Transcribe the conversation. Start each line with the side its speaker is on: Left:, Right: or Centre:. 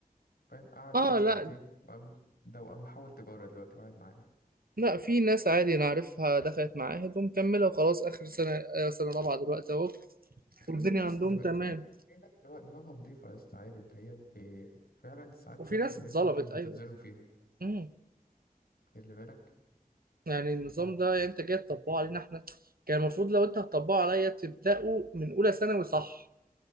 Left: فاهم قعد
Right: اه
Left: فيها سنتين
Right: لا
Left: وقام ده وقام محول تجارة دلوقتي وقاعد معانا
Right: لا في ناس عادي انا عارفها دخلت معاهد ومكمله وخلاص اخر سنه آه، سنه رابعه دلوقتي اهو
Left: في
Right: والدنيا
Left: ناس
Right: عندهم
Left: دم...
Right: تمام
Left: في في ناس دماغ- دماغها نضيفة يا اسطى عادي اللي هي ب... فعلا ساعات
Right: وفي
Left: ثانوي
Right: ناس
Left: اللي
Right: اتظلمت
Left: انت ممكن ده
Right: ايوه
Left: تتظلم فيها
Right: امم
Left: خلي بالك
Right: يعني النظام ده يعني انت جاي تطبقه علينا احنا كان المفروض لو انت هتطبقه عليا تبداه من اولى ثانوي صح